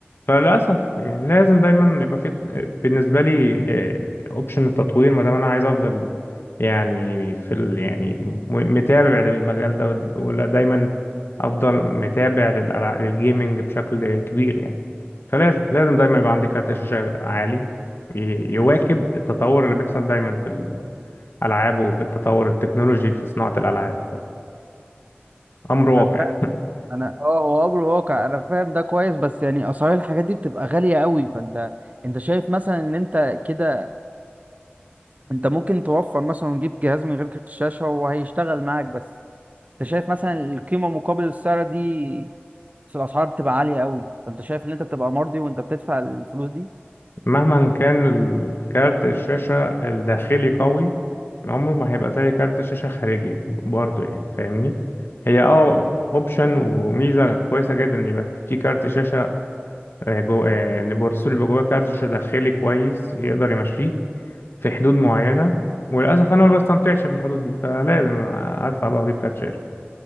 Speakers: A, on the left (about 65°); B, on the right (about 40°).
A: فللأسف يعني لازم دايما يبقى في بالنسبة لي أوبشن التطوير ما دام أنا عايز أفضل يعني في ال... يعني م- متابع للمجال ده وال- ولا دايما افضل متابع للألع... للجيمنج بشكل كبير يعني فلازم لازم دايما يبقى عندي كارت شاشة عالي ي- يواكب التطور اللي بيحصل دايما في الألعاب وفي التطور التكنولوجي في صناعة الألعاب فأمر واقع
B: انا فاهم انا اه هو امر واقع انا فاهم ده كويس بس يعني اسعار الحاجات دي بتبقى غالية قوي فانت انت شايف مثلا ان انت كده انت ممكن توفر مثلا وتجيب جهاز من غير كارت الشاشة وهيشتغل معاك بس انت شايف مثلا القيمة مقابل السعر دي بس الاسعار بتبقى عاليه قوي فانت شايف ان انت بتبقى مرضي وانت بتدفع الفلوس دي
A: مهما كان الكارت الشاشة الداخلي قوي عمره ما هيبقى زي كارت الشاشة خارجي برضه يعني فاهمني هي اه اوبشن وميزة كويسة جدا إن يبقى في كارت شاشة آه، جو آه، ان البروسيسور يبقى جواه كارت شاشة داخلي كويس يقدر يمشيه في حدود معينة وللأسف أنا ما بستمتعش في الحدود دي فلازم أدفع بقى وأجيب كارت شاشة